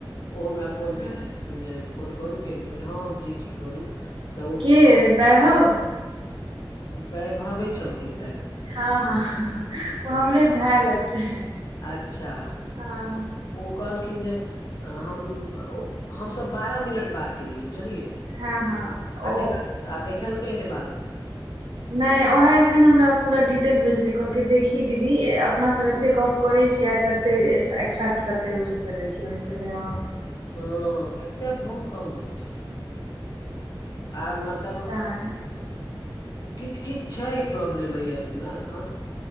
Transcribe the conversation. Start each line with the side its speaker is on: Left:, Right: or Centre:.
Left: ओ हमरा फोन
Right: हँ
Left: केने रहथिन जे फोन करू की? हम कहलियै हँ-हँ हम फ्री छी करू, तॅं
Right: के वैभव?
Left: वैभवे छलखिन शायद!
Right: हँ- हँ ओ
Left: हँ
Right: हमरे भाए लगतै
Left: अच्छा।
Right: हँ
Left: ओ कहलखिन जे हम हम सभ बारह मिनट बात केलियै बुझलियै।
Right: हँ, हँ ओ
Left: आ देख आ देखेलकै नहि बारह मिनट।
Right: नहि उएह एखन हमरा पूरा डिटेल भेजलकै, कहलकै देखही दीदी अपना सभ एतेक गप करैत छियै आ कत- -कते एक्सेप्ट होइ छै से देखियौ, हम कहलियै- हॅं
Left: हँ, एक्सेप्ट बहुत कम होइ छै। आ मतलब-
Right: तैं
Left: किछु-किछु छै प्रॉब्लम एहि ऐपमे एखन,